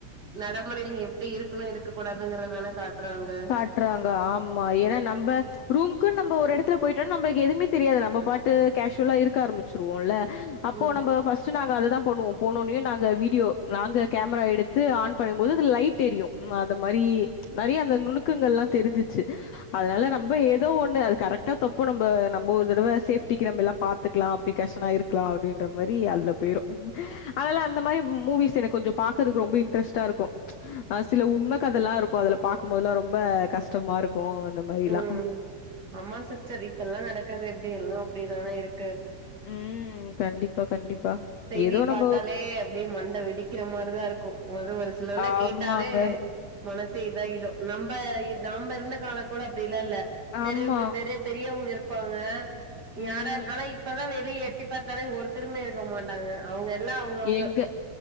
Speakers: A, on the right (about 30°); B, on the left (about 70°).
A: நட முறைல எப்டி இருக்குணு இருக்க கூடாதுங்குறதான காட்றாங்க
B: காட்றாங்க ஆமா ஏன்னா நம்ப ரூமுக்கு நம்ம ஒரு எடத்துல போயிட்டாலு நம்ப எதுவுமே தெரியாது நம்ம பாட்டு கேஷ்வுலா இருக்க ஆரம்பிச்சுருவோல அப்போ
A: ம்
B: நம்ப ஃபஸ் ட் நாங்க அதுதா பண்ணுவோ போனோனே நாங்க வீடியோ நாங்க கேமரா எடுத்து ஆன் பண்ணுபோது அதுல லைட் எரியு ம் அத மாரி நெறைய அந்த நுணுக்கங்கள்லா தெரிஞ்சுச்சு அதனால நம்ப ஏதோ ஒன்னு அது கரெக்டா தப்போ நம்ப நம்ப ஒரு தடவ சேஃப்டிக்கு நம்ம எல்லா பாத் துக்லா ப்ரிகாஷனா இருக்கலா அப்டின்ற மாரி அதுல போயிரு அதால அந்த மாரி மூ மூவிஸ் எனக் கொஞ்சொ பாக்கறக்கு ரொம்ப இன்ட்ரெஸ்டா இருக்கு அ சில உண்ம கதெல்லா இருக்கு அதுல பாக்கும்போதுல்லா ரொம் ம்ப கஷ்டமாருக்கு அந்த மாரிலா
A: ம் ஆமா சிஸ்டர் இப்பெல்லா நடக்கறது எப்டி எல்லா அப்டிதானே இருக்கு
B: ம் கண்டிப் பா கண்டிப்பா
A: செய்திய
B: ஏதோ நம்போ
A: பாத்தாலே அப்டியே மண்ட வெடிக்கிற மாரிதா இருக்கு அது ஒரு சிலவுலா
B: ஆமாங்க
A: கேட்டாலே மனசு இதாயிடும் நம்ப இ நம்ப இருந்த கால கூட அப்டில்லா இல்ல தெருவுக்கு
B: ஆமா
A: தெரு பெரியவங்க இருப்பாங்க
B: ம்
A: யாரா இந் ஆனா இப்பதா வெளியே எட்டி பாத்தாலே ஒருத்தருமே இரு க்க மாட்டாங்க அவுங்க எல்லா அவுங்கவுங்க
B: எங்க